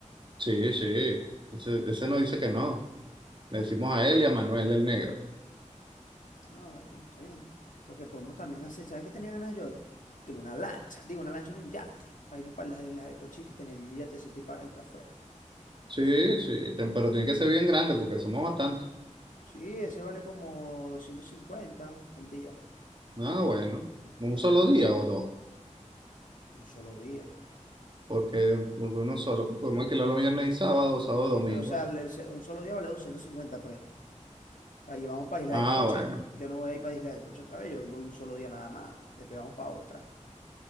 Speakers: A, on the right; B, on the left.
A: Sí, sí. Ese, ese no dice que no. Le decimos a él y a Manuel, el negro.
B: Ah, bueno, está bien. Lo que podemos también hacer, ¿sabes qué tenía ganas yo? Alquilar una lancha, digo, una lancha en un yate, para irnos para las islas de Cochi, que tener el yatecito y paradito afuera.
A: Sí, sí, ten- pero tiene que ser bien grande porque somos bastantes.
B: Sí, ese vale como 250 el día.
A: Ah, bueno, un
B: eh,
A: solo día o dos.
B: un solo día.
A: porque uno solo, pues, podemos alquilarlo viernes y sábado, sábado,
B: Sí,
A: domingo.
B: pero o sea, el- el se- un solo día vale 250 pues. Ahí vamos para Isla
A: Ah,
B: de Coche.
A: bueno,
B: Yo no voy a ir para Isla de Coche otra vez. Yo voy un solo día nada más. Después vamos para otra.